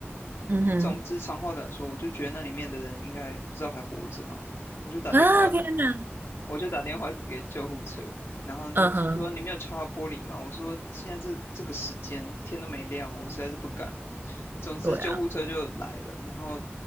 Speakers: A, on the right; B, on the left.
A: 嗯哼，
B: 总之，长话短说，我就觉得那里面的人应该不知道还活着嘛。我就打电话，
A: 啊，天哪，
B: 我就打电话给救护车，然后救护车说你没有敲到玻璃吗？
A: <laughs> 嗯哼，
B: 我说现在这这个时间天都没亮，我实在是不敢。总之救护车就来了，
A: 对啊，
B: 然后